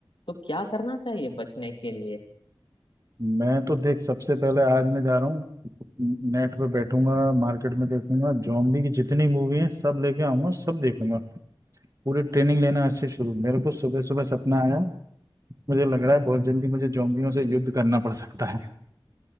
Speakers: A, on the left (about 75°); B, on the right (about 40°).
A: तो क्या करना चाहिए बचने के लिए
B: मैं तो देख सबसे पहले आज मैं जा रहा हूँ नेट पे बैठूंगा मार्केट में देखूंगा जॉम्बी की जितनी मूवी हैं सब लेके आऊंगा सब देखूंगा पूरी ट्रेनिंग लेना आज से शुरू मेरे को सुबह सुबह सपना आया मुझे लग रहा है बहुत जल्दी मुझे जोम्बियों से युद्ध करना पड़ सकता है